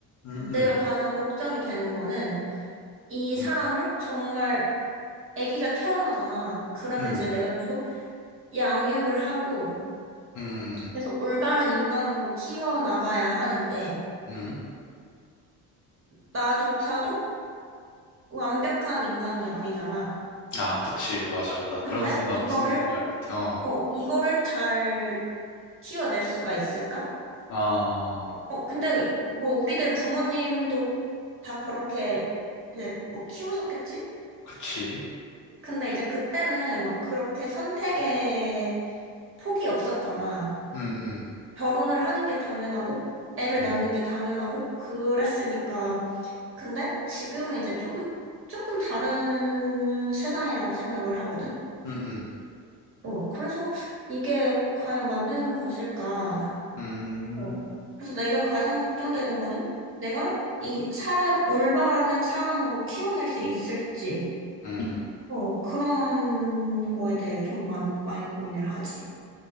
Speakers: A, on the left (about 55°); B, on the right (about 35°).
A: 음, 음,
B: 내가 가장 걱정이 되는 거는 이 사람을
A: 음,
B: 정말 아기가 태어나잖아. 그러면
A: 음,
B: 이제 내가 계속 양육을 하고
A: 음,
B: 계속 올바른 인간으로 키워나가야 하는데
A: 음.
B: 나조차도 완벽한 인간이 아니잖아.
A: 아, 그치, 맞아. 나
B: 근데
A: 그런 생각
B: 이거를,
A: 무슨 느낌인지 알 것 같아. 어,
B: 어, 이거를 잘 키워낼 수가 있을까?
A: 아,
B: 어, 근데 뭐 우리들 부모님도 다 그렇게 이제 뭐 키우셨겠지?
A: 그치.
B: 근데 이제 그때는 막 그렇게 선택에 폭이 없었잖아.
A: 음, 음,
B: 결혼을 하는 게 당연하고, 애를
A: 음,
B: 낳는 게 당연하고, 그랬으니까. 근데 지금은 이제 조금, 조금 다른 세상이라고 생각을 하거든?
A: 음, 음,
B: 어, 그래서 이게 과연 맞는 것일까?
A: 음,
B: 어. 그래서 내가 가장 걱정되는 거는 내가 이 사람, 올바른 사람으로 키워낼 수 있을지,
A: 음.
B: 어, 그런 거에 대해 좀 많, 많이 고민을 하지.